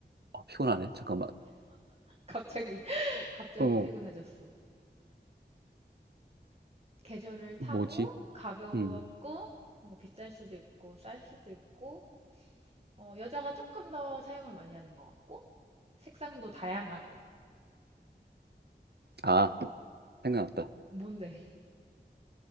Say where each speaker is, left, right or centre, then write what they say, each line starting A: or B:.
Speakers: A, on the right; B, on the right.
A: 아, 피곤하네. 잠깐만.
B: 갑자기, <laughs> 갑자기
A: 어,
B: 피곤해졌어. 계절을 타고,
A: 뭐지?
B: 가볍고,
A: 음,
B: 뭐 비쌀 수도 있고, 쌀 수도 있고, 어, 여자가 조금 더 사용을 많이 하는 것 같고, 색상도 다양하고.
A: 아, 생각났다.
B: 뭔데?